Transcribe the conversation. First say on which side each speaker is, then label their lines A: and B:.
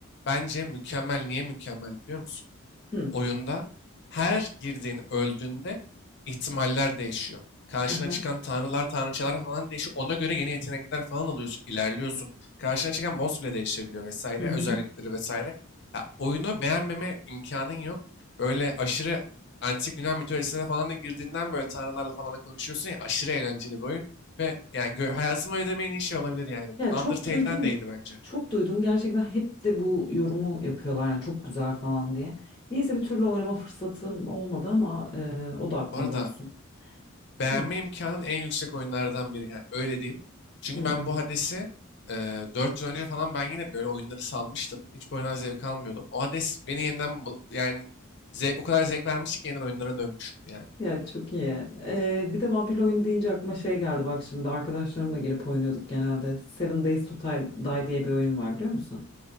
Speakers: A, on the left; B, on the left.
A: Bence mükemmel. Niye mükemmel biliyor musun?
B: Hı.
A: oyunda her girdiğin öldüğünde ihtimaller değişiyor. Karşına
B: Aha.
A: çıkan tanrılar, tanrıçalar falan değişiyor. Ona göre yeni yetenekler falan alıyorsun, ilerliyorsun. Karşına çıkan boss bile değişebiliyor vesaire,
B: Hı hı.
A: özellikleri vesaire. Ya, oyunu beğenmeme imkanın yok. Böyle aşırı antik Yunan mitolojisine falan da girdiğinden böyle tanrılarla falan da konuşuyorsun ya aşırı eğlenceli bir oyun. Ve yani gö- hayatımı ödemeyin iyi şey olabilir yani.
B: Ya
A: Undertale'den
B: çok duydum.
A: de iyiydi bence.
B: Çok duydum. Gerçekten hep de bu yorumu yapıyorlar. Yani çok güzel falan diye. Neyse bir türlü oynama fırsatım olmadı ama e, o da aklımda
A: Bu arada
B: olsun.
A: beğenme
B: Hı.
A: imkanın en yüksek oyunlardan biri. Yani öyle diyeyim. Çünkü
B: Hı.
A: ben bu Hades'i eee 4 yıl önce falan ben yine böyle oyunları salmıştım. Hiç bu oyundan zevk almıyordum. O Hades beni yeniden bu- yani zevk, o kadar zevk vermişti ki yeniden oyunlara dönmüştüm yani.
B: Ya çok iyi. Ee, bir de vampirli oyun deyince aklıma şey geldi bak şimdi arkadaşlarımla girip oynuyorduk genelde. Seven Days to Die Die diye bir oyun var biliyor musun?